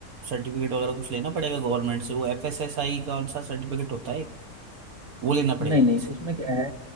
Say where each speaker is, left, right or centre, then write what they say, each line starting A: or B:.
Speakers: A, on the right; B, on the right.
A: सर्टिफिकेट वगैरह कुछ लेना पड़ेगा गवर्नमेंट से वो एफएसएसआई कौन सा सर्टिफिकेट होता है वो लेना पड़ेगा
B: नहीं
A: वैसे
B: नहीं उसमें क्या है